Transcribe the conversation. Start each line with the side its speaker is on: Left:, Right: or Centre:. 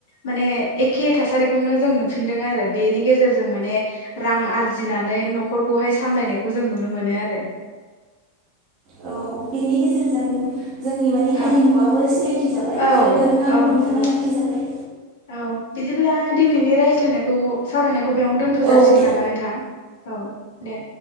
Left: माने एखे थासारिखौनो जों नुफिनदों आरो बेनि गेजेर गेजेरजों माने रां आरजिनानै न'खरखौहाय सामलायनायखौ जों नुनो मोनो आरो
Right: औ बेनि गेजेरजों जोंनि बायदि
Left: औ
Right: हारिमुवाबो सिनायथि जाबाय
Left: औ
Right: आरो दोरोङाबो
Left: औ
Right: हमथाना
Left: नंगौ
Right: लाखिजाबाय।
Left: औ बिदिब्ला दिनैनि रायज्लायनायखौ सावरायनायखौ बेयावनो दोनथ' जासिगोन
Right: औ दे
Left: नामा नोंथां? औ दे।